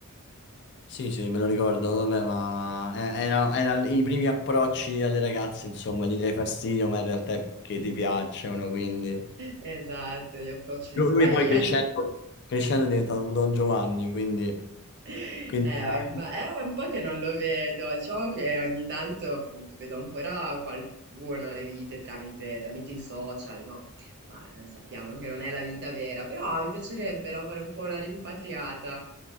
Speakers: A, on the left; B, on the right.
A: Sì, sì, me lo ricordo, vabbè, ma eh, era, era i primi approcci alle ragazze, insomma, gli dai fastidio, ma in realtà è perché ti piacciono, quindi...
B: Esatto, gli approcci
A: Lui,
B: sbagliati.
A: lui poi crescendo, crescendo è diventato un Don Giovanni, quindi...
B: Eh,
A: quindi
B: ma
A: era-
B: imma- è un po' che non lo vedo, diciamo che ogni tanto appunto vedo ancora qualcuno le vite tramite, tramite i social, no? Ma eh, sappiamo che non è la vita vera, però mi piacerebbe no, fare un po' una rimpatriata.